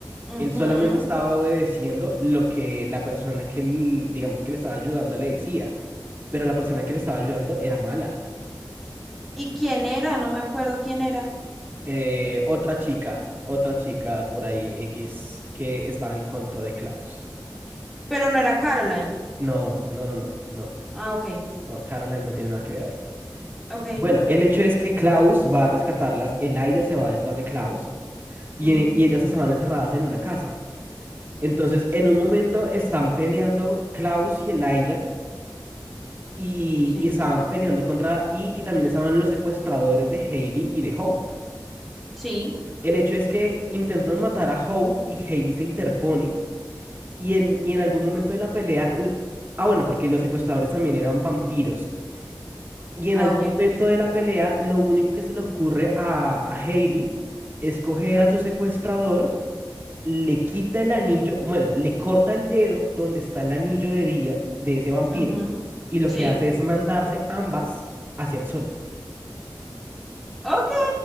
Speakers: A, in the centre; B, on the right.
A: Ujú.
B: Él solamente estaba obedeciendo lo que la persona que, l- digamos, que le estaba ayudando le decía, pero la persona que le estaba ayudando era mala.
A: ¿Y quién era? No me acuerdo quién era.
B: Eh, otra chica, otra chica por ahí, X, que estaba en contra de Klaus.
A: Pero no era Caroline.
B: No, no, no, no, no,
A: Ah, ok.
B: no, Caroline no tiene nada que ver ahí.
A: Ok.
B: Bueno, el hecho es que Klaus va a rescatarlas, Eli se va detrás de Klaus y,
A: Ujú.
B: y ellas estaban encerradas en una casa. Entonces, en un momento están peleando Klaus y Elijah y,
A: Sí.
B: y estaban peleando contra y, y también estaban los secuestradores de Hailey y de Hope.
A: Sí.
B: El hecho es que intentan matar a Hope y Hailey se interpone y en, y en algún momento de la pelea, l- ah bueno, porque los secuestradores también eran vampiros. Y en
A: Ah,
B: algún
A: ok.
B: momento de la pelea, lo único que se le ocurre a, a Hailey es coger a su secuestrador le quita el anillo, bueno, le corta el dedo donde está el anillo de día de ese vampiro
A: Ujú.
B: y lo
A: Sí.
B: que hace es mandarse ambas hacia el sol.
A: Ok.